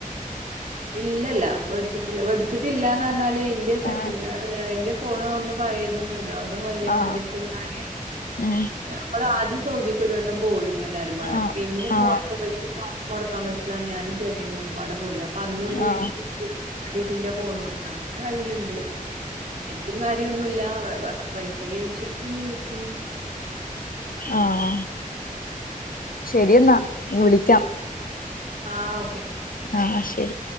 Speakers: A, on the right; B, on the left.
A: ഇല്ലല്ല വേടിച്ചിട്ടില്ല വേടിച്ചിട്ടില്ലന്ന് പറഞ്ഞാല് ഇന്റെ സെക്കൻഡ്
B: ആ
A: എന്റെ ഫോണഒന്ന് പയതണ്ട് അതും വലിയ
B: ആ
A: മോൻടുത്ത് പറഞ്ഞാല്
B: ഉം
A: ഞങ്ങൾ ആദ്യം സൗദിക്ക് ഒരു വട്ടം പോയിന്ന എല്ലാരും പാടെ
B: ആ
A: പിന്നെ
B: ആ
A: പോയപത്ത മുടക്കാൻ പറ്റില്ല ഞാൻ ചെറിയ മുൻപാടെ പോയി അപ്പൊ അന്ന് ഓൻ
B: ആ
A: ആരീത്തിന്റെ ഫോൺ കൊടുത്ത അങ്ങനെ കയ്യിലുണ്ട് നെറ്റ് കാര്യൊന്നുല്ല വൈഫൈ അഴിച്ചിട്ട് യൂസ് ചെയ്യും
B: ആഹ് ശരിന്നാ ഞാൻ വിളിക്കാം
A: ആഹ് ഓക്കെ
B: ആഹ് ശരി